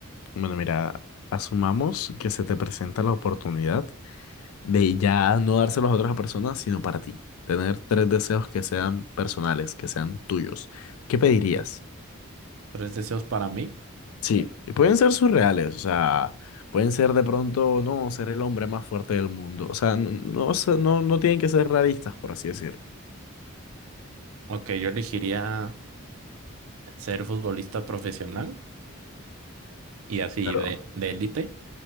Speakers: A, on the left; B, on the right.
A: Bueno, mira, asumamos que se te presenta la oportunidad Ve, y ya no dárselos a otras personas, sino para ti. Tener tres deseos que sean personales, que sean tuyos. ¿Qué pedirías?
B: Tres deseos para mí.
A: Sí, y pueden ser surreales, o sea, pueden ser de pronto, no, ser el hombre más fuerte del mundo. O sea, no, no, sé, no, no tienen que ser realistas, por así decirlo.
B: Ok, yo elegiría ser futbolista profesional y así
A: Pero,
B: de, de élite.